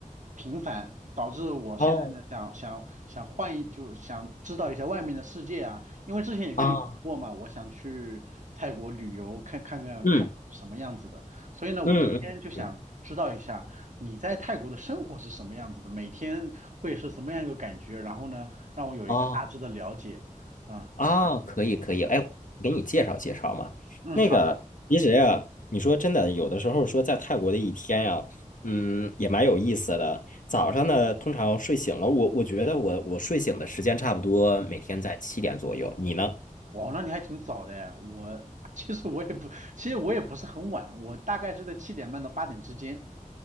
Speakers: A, on the right; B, on the left.
A: 平凡，导致我现在呢想想想换一，
B: 哦，
A: 就想知道一下外面的世界啊。因为之前也跟你说过嘛，
B: 啊，
A: 我想去泰国旅游，看看看泰国是什么样子的，
B: 嗯
A: 所以呢，
B: 嗯嗯嗯，
A: 我今天就想知道一下。你在泰国的生活是什么样子的？每天会是什么样一个感觉？然后呢，让我有一个大致的了解。
B: 哦
A: 啊，
B: 啊，可以可以，哎，我给你介绍介绍嘛。
A: 嗯，
B: 那个，
A: 好，
B: 其实呀，你说真的，有的时候说在泰国的一天呀，嗯，也蛮有意思的。早上呢，通常睡醒了，我我觉得我我睡醒的时间差不多每天在七点左右，你呢？
A: 哦，那你还挺早的哎。我其实我也不，其实我也不是很晚，我大概是在七点半到八点之间。